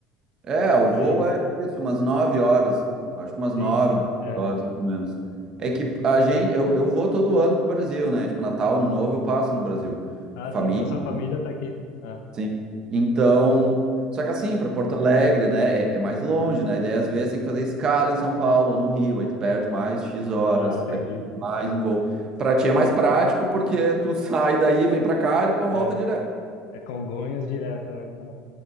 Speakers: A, on the right; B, on the left.
A: é, o
B: por
A: voo
B: aí.
A: é isso, umas 9 horas, acho que umas
B: Sim,
A: 9
B: sim,
A: 10
B: é.
A: horas mais ou menos. É que a gente, eu, eu vou todo ano pro Brasil, né? Tipo, Natal, Ano Novo eu passo no Brasil, com
B: Ah,
A: família,
B: sim, a sua família tá aqui. Ah,
A: Sim. Então, só que assim, para Porto Alegre, né, é, é mais longe, né? Daí às vezes tem que fazer escala em São Paulo ou no Rio, aí tu perde mais X horas,
B: ah, entendi.
A: aí mais um voo. Para ti é mais prático porque tu <laughs> sai daí, vem para cá e depois volta
B: É,
A: direto.
B: é Congonhas direto, né? É.